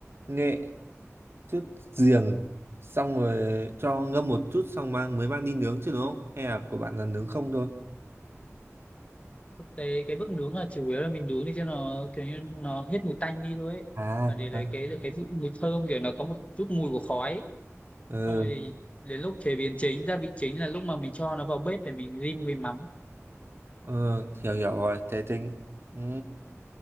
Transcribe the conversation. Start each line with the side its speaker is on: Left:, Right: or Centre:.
Right: nghệ chút giềng xong rồi cho ngâm một chút xong mang mới mang đi nướng chứ đúng không hay là của bạn là nướng không thôi
Left: thực tế cái bước nướng là chủ yếu là mình nướng để cho nó kiểu như nó hết mùi tanh đi thôi ấy.
Right: à
Left: và để lấy
Right: à,
Left: cái cái vị- mùi thơm kiểu nó có một chút mùi của khói ấy.
Right: ừ,
Left: xong rồi thì đến lúc chế biến chính gia vị chính là lúc mà mình cho nó vào bếp để mình rim với mắm
Right: ừ hiểu hiểu rồi thế tính ừ,
Left: Ừ.